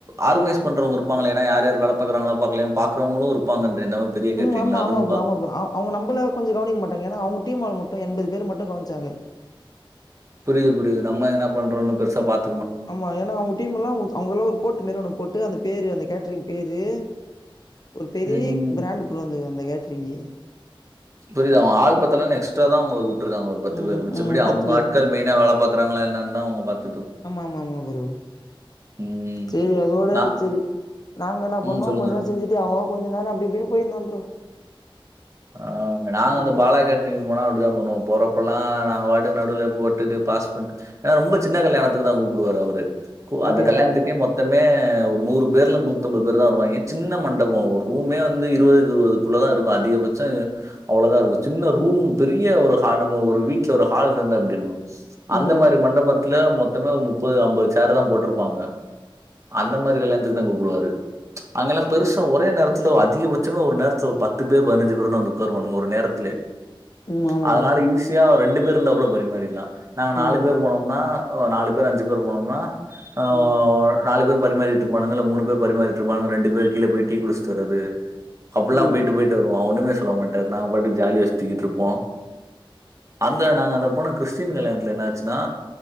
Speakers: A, on the right; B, on the left.
A: ஆர்கனைஸ் பண்றவங்க இருப்பாங்களே ஏன்ன யார்யார் வேல பாக்றாங்களா பாக்கலையான்னு பாக்குறவங்களு இருப்பாங்க இந்த பெரிய கேட்டரிங்ல
B: ம் ஆமா
A: அதுவும்
B: ஆமா ப்ரோ
A: பா
B: ஆமா ப்ரோ ஆமா அவங்க நம்பள கொஞ்சோ கவனிக்க மாட்டாங்க ஏன்னா அவங்க டீம் ஆளுங்க மட்டு எண்பது பேர் மட்டு கவனிச்சாங்க
A: புரிது புரிது நம்ப ஏதான பண்றோன்னு பெருச பாத்
B: ஆமா ஏன்னா அவங்க டீம் எல்லா அவங்களுக்ல்லா ஒரு கோட்டு மேரி ஒண்ணு போட்டு அந்த பேரு அந்த கேட்டரிங் பேரு ஒரு பெரிய
A: ம்.
B: பிராண்ட் ப்ரோ அந்த அந்த கேட்டரிங்கு
A: புரிது அவங்க ஆள் பத்தலன்னு எக்ஸ்ட்ரா தா உங்கள கூப்ட்டுருக்காங்க ஒரு பத்து
B: ம்,
A: பேர் மிச்சப்படி
B: ம்.
A: அவுங்க
B: பேரு.
A: ஆட்கள் மெயினா வேல பாக்கறாங்களா என்னனுதா அவங்க பாத்
B: ஆமா ஆமா ஆமா ப்ரோ
A: ம்.
B: சேரி அதோட
A: நான்
B: சேரி நாங்க என்ன பண்ணோ
A: ம். சொல்லுங்க,
B: கொஞ்ச
A: சொல்லுங்க.
B: நேரம் செஞ்சிட் டு அவங்க அவங்க கொஞ்சநேரம் அப்டி இப்டின்னு போயிருந்தோ ப்ரோ
A: ஆ நாங்க
B: ம்.
A: அந்த பாலாகேட் டரிங் போனா அப்டிதா பண்ணுவோ போறப்ப எல்லா நாங்க பாட்டுக்கு நடுவுல போட்டுட்டு பாஸ் பண்ட்டு ஏன்னா ரொம்ப சின்ன கல்யாணத்துக்கு தா கூப்புடுவாரு அவரு கூ
B: அப்டியா?
A: அந்த கல்யாணத்துக்கே மொத் த்தமே ஒரு நூறு பேர் இல்ல நூத்தம்பது பேர் தா வருவாங்க சின்ன மண்டபம் ஒரு ரூமே வந்து இருவதுக்கு இருவது க்குள்ள தா இருக்கு அதிகபட்சம் அவ்வளதா இருக்கு சின்ன ரூம் பெரிய ஒரு ஹா நம்ம ஒரு வீட் ட்ல ஒரு ஹால் இருந்த எப்டி இருக்கு அந்த
B: ம்,
A: மாரி மண்டபத் துல மொத்தமே ஒரு முப்பது ஐம்பது சேர் தா போட்ருப்பாங்க அந்த மாரி கல்யாணத்துக்கு தா கூப்டுவாரு அங்கல்லா பெருசா ஒரே நேரத்துல அதிகபட்சமே ஒரு நேரத்துல ஒரு பத்து பேர் பதினஞ்சி பேரு தா வந்து உக்காருவானுங்க ஒரு நேரத்துலே
B: ம். ஆமா
A: அதனால
B: ப்ரோ.
A: ஈஸியா ரெண்டு பேர் இருந்தா கூட பரிமாறிடலா நாங்க நாலு
B: ம்,
A: பேர் போனோம்னா அ நாலு பேர் அஞ்சு பேர் போனோம்னா அ
B: ம்,
A: நாலு பேர் பரிமாறிட்டு இருப்பானுங்க இல்ல மூணு பேரு பரிமாறிட்டு இருப்பானுங்க ரெண்டு பேர் கீழ போய் டீ குடிச்சிட்டு வர்றது அப்டில்லா
B: ம்.
A: போயிட்டு போயிட்டு வருவோ ஒண்ணுமே சொல்ல மாட்டாரு. நாங்க பாட்டுக்கு ஜாலியா சுத்திகிட்டு இருப்போ அந்த நாங்க அந்த போனா கிறிஸ் டின் கல்யாணத்துல என்ன ஆச்சின்னா